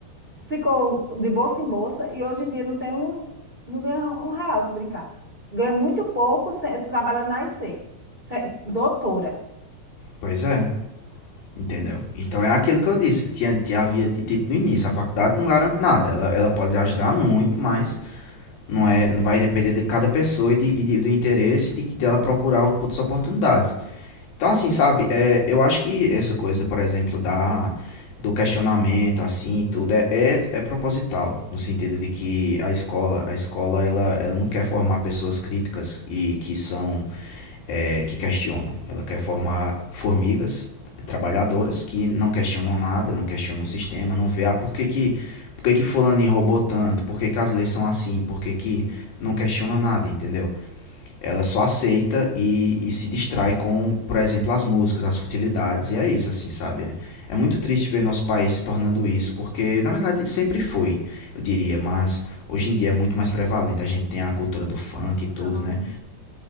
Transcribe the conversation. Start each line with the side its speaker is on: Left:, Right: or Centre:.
Right: ficou de bolsa em bolsa e hoje em dia não tem um, não ganha um real se brincar. Ganha muito pouco se- trabalhando na IC, se- doutora.
Left: pois é, entendeu? Então é aquilo que eu disse, tinha, tinha, havia dito no início, a faculdade não garante nada, ela, ela pode ajudar muito, mas não é, não vai depender de cada pessoa e, de, e de- do interesse de, dela procurar outras oportunidades. Então, assim, sabe, é, eu acho que essa coisa, por exemplo, da, do questionamento, assim, tudo, é, é, é proposital, no sentido de que a escola, a escola, ela, ela não quer formar pessoas críticas e que são, é, que questionam. Ela quer formar formigas trabalhadoras que não questionam nada, não questionam o sistema, não vê, ah, por que que, por que, que fulano roubou tanto, por que, que as leis são assim, por que que não questiona nada, entendeu? Ela só aceita e, e se distrai com, por exemplo, as músicas, as futilidades, e é isso, assim, sabe? É, é muito triste
Right: Já foi
Left: ver
Right: criando
Left: nosso país se tornando isso, porque, na verdade, sempre foi, eu diria, mas hoje em dia é muito mais prevalente. A gente tem a cultura do
Right: essa
Left: funk
Right: geração.
Left: e tudo, né?